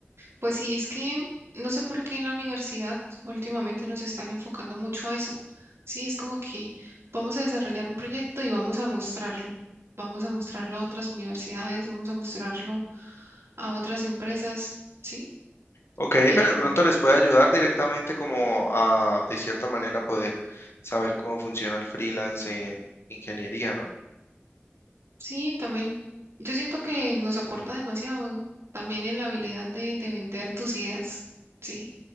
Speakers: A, on the right; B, on the left.
A: pues sí, es que no sé por qué en la universidad últimamente nos están enfocando mucho a eso. Sí, es como que vamos a desarrollar un proyecto y vamos a mostrarlo. Vamos a mostrarlo a otras universidades, vamos a mostrarlo a otras empresas, ¿sí?
B: Ok,
A: Em,
B: pero de pronto les puede ayudar directamente como a, de cierta manera, poder saber cómo funciona el freelance en ingeniería, ¿no?
A: Sí, también. Yo siento que nos aporta demasiado, también en la habilidad de, de vender tus ideas. Sí,